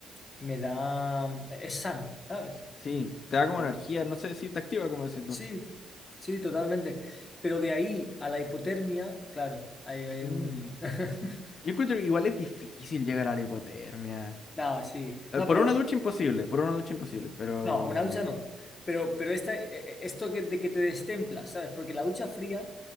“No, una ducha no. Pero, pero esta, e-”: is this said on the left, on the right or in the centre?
Left